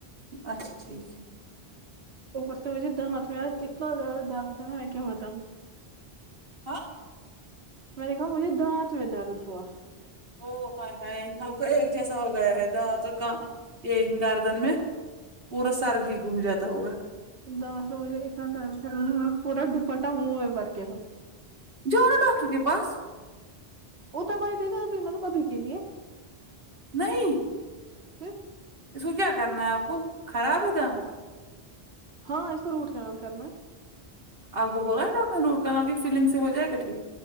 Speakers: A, on the right; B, on the right.
A: اچھا ٹھیک ہے
B: ا سے مجھے د مت اتنا زیادہ د متا میں کیا میں کیا بتاؤں
A: ہاں
B: میں نے کہا مجھے دانت میں درد ہوا
A: او ہائے ہائے آپ کو ایک جیسا ہو گیا ہے دانت اور کان تو یہ گردن میں پورا سر ہی گم جاتا ہوگا
B: دانت میں مجھے اتنا درد ہے پورا دوپٹہ منہ میں بر کےہوں
A: جاؤ نا ڈاکٹر کے پاس
B: وہ دوائی دے گا ابھی مطلب ابھی کے لیے
A: نہیں
B: پھر
A: اس کو کیا کرنا ہے آپ کو خراب ہے دانت
B: ہاں اس کو روٹ کنال کرنا
A: آپ کو بولا تھا ڈاکٹر نے روٹ کنال کی فیلنگ سے ہو جائے گا ٹھیک